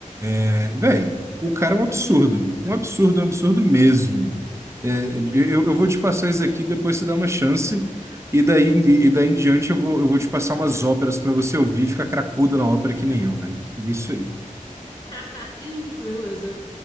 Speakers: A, on the right (about 20°); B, on the left (about 20°).
A: É, Véi, o cara é
B: uhum.
A: um absurdo. Um absurdo, um absurdo mesmo. É, eu, eu vou te passar isso aqui, depois você dá uma chance. E daí, e daí em diante eu vou, eu vou te passar umas óperas pra você ouvir e ficar cracudo na ópera que nem eu, velho. Isso aí. <laughs>
B: <laughs> Beleza,